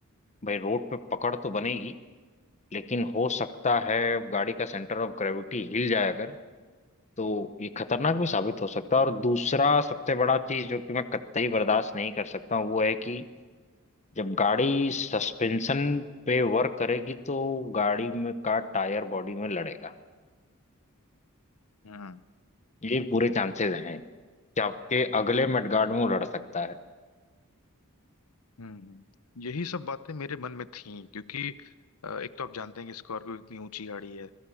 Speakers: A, on the left (about 30°); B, on the left (about 80°).
A: भाई रोड पे पकड़ तो बनेगी लेकिन हो सकता है गाड़ी का सेंटर ऑफ ग्रेविटी हिल जाए अगर तो ये खतरनाक भी साबित हो सकता है और दूसरा सबसे बड़ा चीज जो कि मैं कतई बर्दाश्त नहीं कर सकता हूं, वो है कि जब गाड़ी सस्पेंशन पे वर्क करेगी तो गाड़ी में का टायर बॉडी में लड़ेगा
B: हम्म
A: ये पूरे चांसेस हैं कि आपके अगले मडगार्ड में वो लड़ सकता है
B: हम्म। यही सब बातें मेरे मन में थीं क्योंकि अ, एक तो आप जानते हैं कि स्कॉर्पियो इतनी ऊंची गाड़ी है